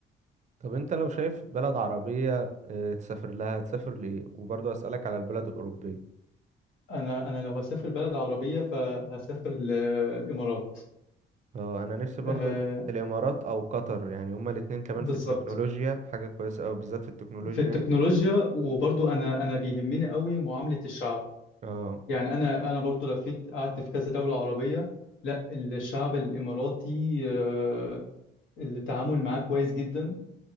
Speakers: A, on the right; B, on the left.
A: طب انت لو شايف بلد عربية آه، تسافر لها تسافر لإيه وبرضو اسألك على البلد الأوروبية
B: أنا أنا لو هسافر بلد عربية فهسافر للإمارات
A: اه انا نفسي برضو
B: آه،
A: الامارات او قطر يعني هما الاتنين كمان
B: بالظبط
A: في التكنولوجيا حاجة كويسة اوي بالذات في التكنولوجيا
B: في التكنولوجيا
A: يعني
B: وبرضو انا انا بيهمني قوي معاملة الشعب
A: اه
B: يعني انا انا برضو لفيت قعدت في كذا دولة عربية لا الشعب الاماراتي آه، التعامل معاه كويس جدا